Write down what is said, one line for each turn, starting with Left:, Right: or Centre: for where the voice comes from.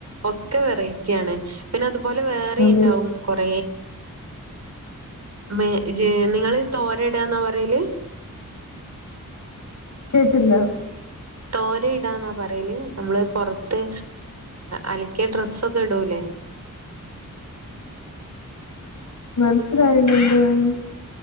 Right: ഒക്കെ വെറൈറ്റി ആാണ് പിന്നെ അതുപോലെ വേറെ
Left: അതെ
Right: ണ്ടാവും കൊറ മേ നിങ്ങള് തോരടാന്നാ പറയല്
Left: കേട്ടില്ല
Right: തോര ഇടാന്നാ പറയല് നമ്മള് പുറത്ത് അലക്കിയ ഡ്രസ്സൊക്കെ ഇടൂല്ലേ
Left: ആ മനസ്സിലായില്ല എന്ത്വാന്ന്